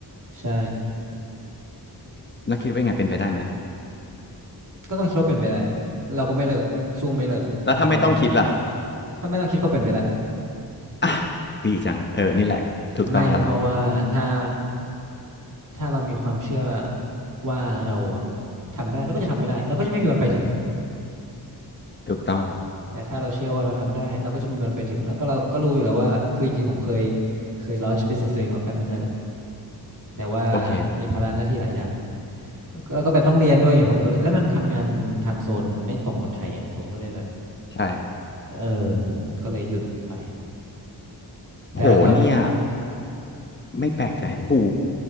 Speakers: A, on the right; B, on the left.
A: ใช่
B: แล้วคิดว่าไงเป็นไปได้ไหม
A: ก็ต้องคิดว่าเป็นไปได้เราก็ไม่เลิกสู้ไม่เลิกมีความมั่นใจ
B: แล้วถ้าไม่ต้องคิดล่ะ
A: ถ้าไม่ต้องคิดก็เป็นไปได้
B: อ่ะดีจังเออนี่แหละถูกต้องแล้วล่ะ
A: ไม่เพราะว่าถ้าถ้าเรามีความเชื่อว่าเราอะทำไม่ได้เราก็จะทำไม่ได้เราก็จะไม่มีวันไปถึง
B: ถูกต้อง
A: แต่ถ้าเราเชื่อว่าเราทำได้เราก็จะมีมันไปถึงแล้วก็เราก็รู้อยู่แล้วว่าคือจริงๆผมเคยเคย launch business ตัวเองมาแป๊บนึงนั่นแหละแต่ว่า
B: โอเค
A: มีภาระหน้าที่หลายอย่างแล้วก็แล้วก็แบบต้องเรียนด้วยไงผมก็เลยแล้วมันทำงานทำโซนไม่ตรงกับไทยอ่ะผมก็เลยแบบ
B: อืมใช่
A: เออก็เลยหยุดไปแต่แล้วตอนเนี้ย
B: โหเนี่ยไม่แปลกใจหู